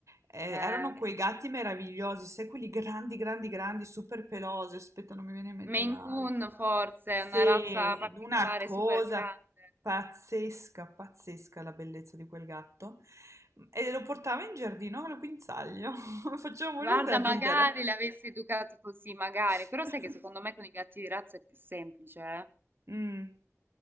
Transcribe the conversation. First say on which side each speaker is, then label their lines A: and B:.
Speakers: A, on the right; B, on the right.
A: Eh,
B: Eh,
A: erano quei gatti meravigliosi, sai, quelli grandi, grandi, grandi, super pelosi. Aspetta, non mi viene in mente
B: Maine
A: la...
B: Coon
A: la-
B: forse,
A: Sì,
B: è una razza particolare,
A: una cosa
B: super grande.
A: pazzesca, pazzesca la bellezza di quel gatto. E lo portava in giardino al guinzaglio. <laughs> Faceva morire
B: Guarda,
A: da
B: magari
A: ridere.
B: l'avessi educati così, magari,
A: <laughs>
B: però sai che secondo me con i gatti di razza è più semplice, eh?
A: Mm,